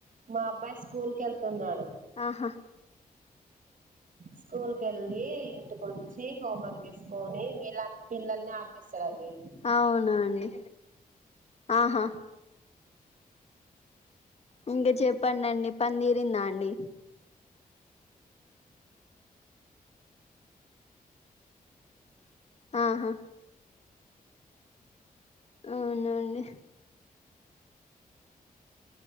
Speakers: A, on the right; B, on the left.
A: మా అబ్బాయి స్కూల్ కి ఎళ్తున్నాడు
B: ఆహా
A: స్కూల్ కి ఎళ్ళి ఇంటికి వచ్చి హోంవర్క్ చేసుకొని మీ లాంటి పిల్లల్ని ఆడు తీసరండి
B: అవునా అండి ఆహా ఇంకా చెప్పనండి పని తీరిందా అండి ఆహా అవునండి